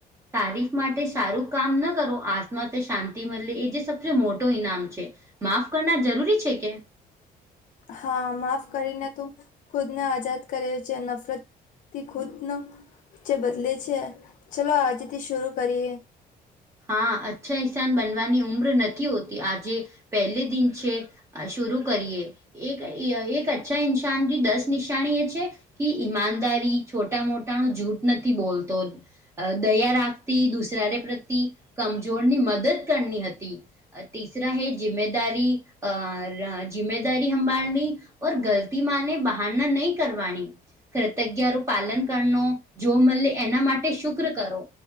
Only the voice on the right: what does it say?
તારીફ માટે સારું કામ ન કરો આત્મા તે શાંતિ મળે એ જે સબથી મોટો ઈનામ છે. માફ કરના જરૂરી છે કે
હા અચ્છા ઇસાન બનવાની ઉમ્ર નથી હોતી આજે પહેલે દિન છે. શુંરુ કરીએ એક એક અચ્છા ઇન્શાનથી દસ નિશાની એ છે. કી ઈમાનદારી છોટા મોટાનું જૂઠ નથી બોલતો દયા રાખતી દુસારે પ્રત્ય કમજોરની મદદ કરની હતી. તીસરા હૈ જિમ્મેદારી અ જિમ્મેદારી સંંભળણી ઓર ગલતીમાંને બહારના નહીં કરવાની કૃતજ્જ્ઞા પાલન કર જો મળે એના માટે શુક્ર કરો